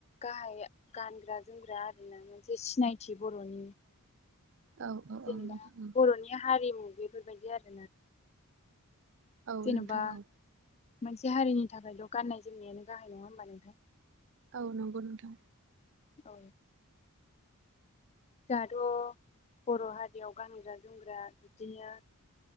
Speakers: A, on the left; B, on the right.
A: गाहाय गानग्रा जोमग्रा आरोना मोनसे सिनायथि बर'नि
B: औ औ
A: जेनेबा
B: औ नोंथां औ
A: बर'नि हारिमु बेफोरबायदि आरोना
B: औ
A: जेनेबा
B: नोंथां औ नोंथां औ
A: मोनसे हारिनि थाखायल गाननाय जोमनायानो गाहाय नङा होमबा नोंथां
B: औ नंगौ नोंथां
A: औ <unintelligible> थ'बर' हारि बेयाव गानग्रा जोमग्रा बिदिनो